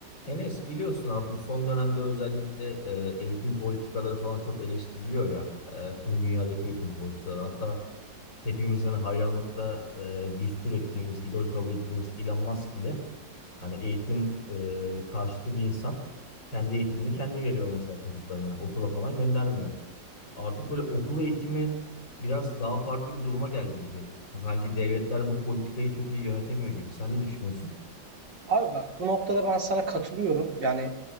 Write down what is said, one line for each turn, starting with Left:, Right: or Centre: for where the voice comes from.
Left: Enes biliyorsun abi bu son dönemde özellikle e, eğitim politikaları falan çok eleştiriliyor ya. E, tüm dünyadaki eğitim politikaları. Hatta hepimizden hayranlıkla e, düstur ettiğimiz, idol kabul ettiğimiz Elon Musk bile hani eğitim e, karşıtı bir insan. Kendi eğitimini kendi veriyor mesela çocuklarına. Okula falan göndermiyor. Artık böyle okul eğitimi biraz daha farklı bir duruma geldi gibi. Sanki devletler bu politikayı çok iyi yönetemiyor gibi. Sen ne düşünüyorsun?
Right: Abi bak bu noktada ben sana katılıyorum. Yani